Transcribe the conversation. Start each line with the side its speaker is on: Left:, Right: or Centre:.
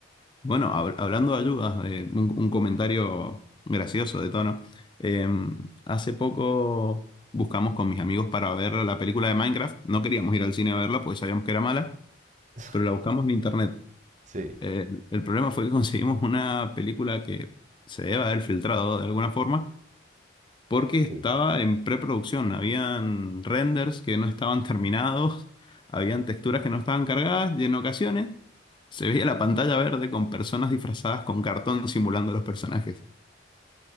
Left: Bueno, hab- hablando de ayudas, eh, un, un comentario gracioso de tono. Eh, hace poco buscamos con mis amigos para ver la película de Minecraft. No queríamos ir al cine a verla porque sabíamos que era mala,
Right: <laughs>
Left: pero la buscamos en internet.
Right: Sí,
Left: Eh, el problema fue que <laughs> conseguimos una película que se debe haber filtrado de alguna forma porque estaba
Right: sí.
Left: en preproducción. Habían renders que no estaban terminados, habían texturas que no estaban cargadas y en ocasiones se veía la pantalla verde con personas disfrazadas con cartón simulando a los personajes.